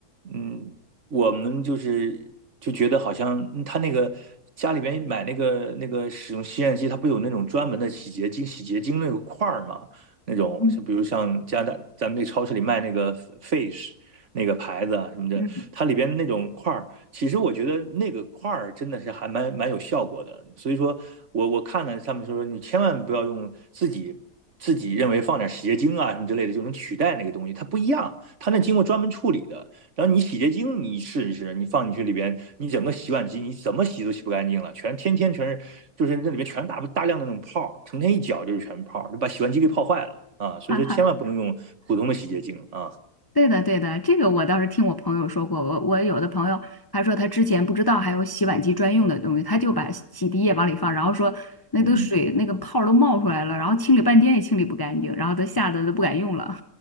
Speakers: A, on the right (about 50°); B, on the left (about 20°).
A: 嗯，我们就是就觉得好像嗯他那个家里边买那个那个使用洗碗机，它不有那种专门的洗洁精、洗洁精那个块儿嘛？那种是比如像加拿大咱们那超市里卖那个
B: 嗯，
A: Fish 那个牌子啊什么的，
B: 嗯，
A: 它里边那种块儿。其实我觉得那个块儿真的是还蛮蛮有效果的，所以说我我看了他们说你千万不要用自己自己认为放点洗洁精啊什么之类的就能取代那个东西，它不一样，它那经过专门处理的。然后你洗洁精你试一试，你放进去里边，你整个洗碗机你怎么洗都洗不干净了，全天天全是就是那里面全大大量的那种泡，成天一搅就是全泡，就把洗碗机给泡坏了啊。所以说千万不能用普通的洗洁精啊。
B: 哈哈。对的，对的，这个我倒是听我朋友说过。我我有的朋友他说他之前不知道还有洗碗机专用的东西，他就把洗涤液往里放，然后说那都水那个泡儿都冒出来了，
A: 嗯，
B: 然后清理半天也清理不干净，然后他吓得都不敢用了。